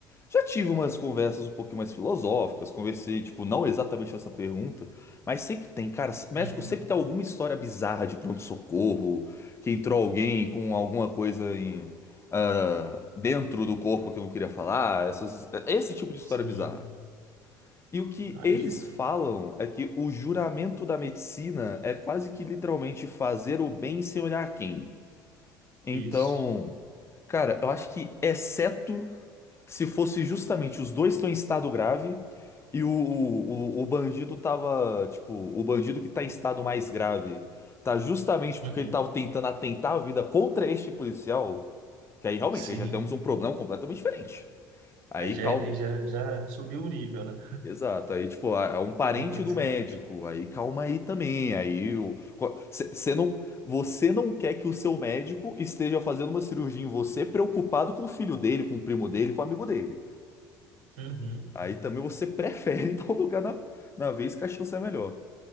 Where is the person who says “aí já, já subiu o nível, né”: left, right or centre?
Right